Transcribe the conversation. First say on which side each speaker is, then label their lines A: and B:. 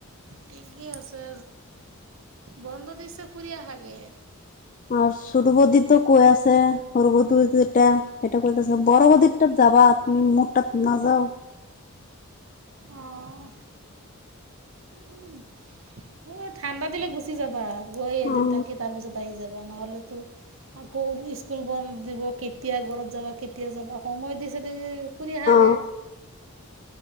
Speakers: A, on the right (about 65°); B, on the left (about 35°).
A: ঠিকে আছে বন্ধ দিছে ফুৰি আহা গে।
B: আৰু সুৰ বদিটো কৈ আছে হৰু বদটা সটা কৰি আছে বৰ বদত। যাবা তুমি মোটাত নাযাও।
A: অহঁ। উম এ ঠাণ্ডা দিলে গুচি যাবা আৰু। গৈ এদিন
B: অ
A: থাকি তাৰ পিছত আহি যাবা নহ'লেতো- আকৌ স্কুল বন্ধ দিব কেতিয়া ঘৰত যাবা কেতিয়া যাবা সময় দিছে দে- ফুৰি অহা
B: অ
A: গে।